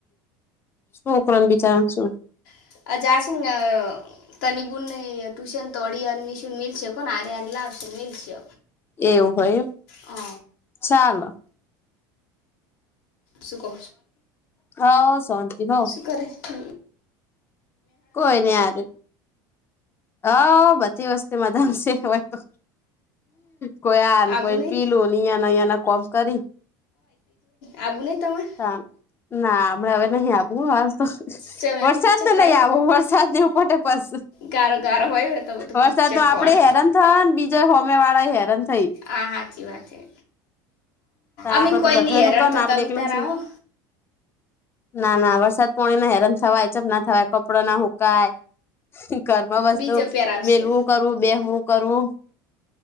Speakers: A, on the left; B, on the left.
A: શુંકરણ વિચાર છું
B: <unintelligible> તન બુ ટ્યુશન તો ઓળશ મલ કોને આરે આ લાવશે મલ છે.
A: એવું હોય
B: હ
A: ચાલ
B: શું કહો
A: હ હા શંત હ
B: કર
A: કોઈ નઈ યાર હ બધી વસ્તી મધામ છે તો કોઈ આ
B: આવું
A: કોઈ
B: નહીં
A: પીલું યા ના અં ના કોમ કરી
B: આબુ નઈ તમાર?
A: તાન ના, હમણા હવે નહી આબુ હો હાલ તો,
B: ચમ
A: વરસાદનું
B: એમ ચટાઈ
A: નઈ આવુ. વરસાદની ઉપર તો બસ,
B: ગારો ગારો હોય ને તો બધું
A: વરસાદના
B: કિચડ
A: આપડે
B: કોણ
A: હેરાન તાન બીજા હોમે વાળાય હેરાન થઈ
B: આ સાચી વાત હે.
A: આપડે
B: અમી કોઈ
A: તો બધાનું
B: ની હેરન
A: કર
B: થતા
A: ને આપડે
B: તમી
A: એકલા
B: તાર
A: શું
B: આવો.
A: ના, ના વરસાદ પોણી હેરાન થવાય, ચમ ના થવાય. કપડા ન હુકાય, ઘરમાં વસ્તુ
B: બીજો પેર આવશે
A: મેલવું કરવું, બેહવું કરવું